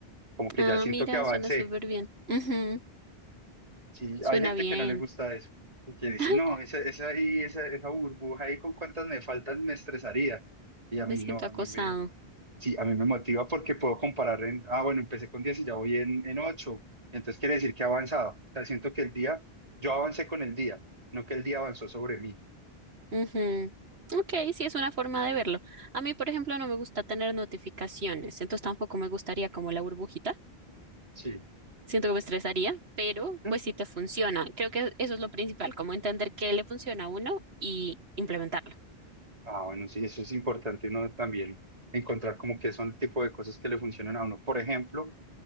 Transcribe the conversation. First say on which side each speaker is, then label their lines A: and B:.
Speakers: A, on the right (about 35°); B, on the right (about 75°).
A: Como que
B: Ah,
A: ya siento
B: mira,
A: que avancé.
B: suena súper bien. Ujú,
A: Sí,
B: Suena
A: hay gente
B: bien.
A: que no le gusta eso, que dice,
B: <laughs>
A: no, esa, esa ahí, esa, esa burbuja ahí con cuántas me faltan me estresaría. Y a mí
B: Me siento
A: no, a
B: acosado.
A: mí me, sí, a mí me motiva porque puedo comparar en, ah, bueno, empecé con 10 y ya voy en, en ocho Entonces quiere decir que he avanzado. O sea, siento que el día, yo avancé con el día, no que el día avanzó sobre mí.
B: Ujú. Ok, sí es una forma de verlo. A mí, por ejemplo, no me gusta tener notificaciones, entonces tampoco me gustaría como la burbujita.
A: Sí.
B: Siento que me estresaría, pero
A: ¿Mm?
B: pues sí te funciona. Creo que eso es lo principal, como entender qué le funciona a uno y implementarlo.
A: Ah, bueno, sí, eso es importante, ¿no? También encontrar como que son el tipo de cosas que le funcionan a uno. Por ejemplo,